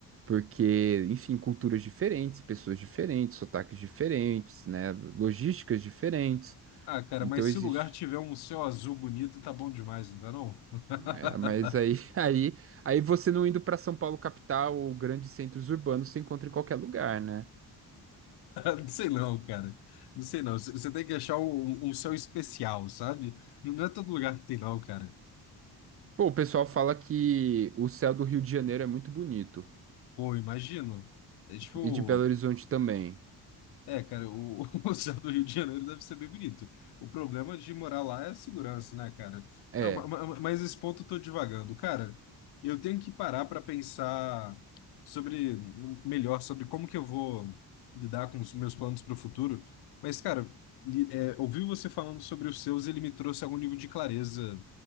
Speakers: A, on the right; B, on the left.
A: Porque, enfim, culturas diferentes, pessoas diferentes, sotaques diferentes, né, logísticas diferentes.
B: Ah, cara,
A: Então
B: mas se
A: existe
B: o lugar tiver um céu azul bonito, tá bom demais, não tá não? <laughs>
A: É, mas aí, <laughs> aí, aí você não indo pra São Paulo capital ou grandes centros urbanos, você encontra em qualquer lugar, né?
B: Não sei não, cara. Não sei não. C- Você tem que achar um, um um céu especial, sabe? Não não é todo lugar que tem não, cara.
A: Pô, o pessoal fala que o céu do Rio de Janeiro é muito bonito
B: Pô, imagino. É tipo,
A: e de Belo Horizonte também.
B: É, cara, o, <laughs> o céu do Rio de Janeiro deve ser bem bonito. O problema de morar lá é a segurança, né, cara?
A: É,
B: Não, ma- ma- mas esse ponto eu tô divagando. Cara, eu tenho que parar para pensar sobre hum, melhor sobre como que eu vou lidar com os meus planos para o futuro. Mas, cara, li- é, ouvir você falando sobre os seus, ele me trouxe algum nível de clareza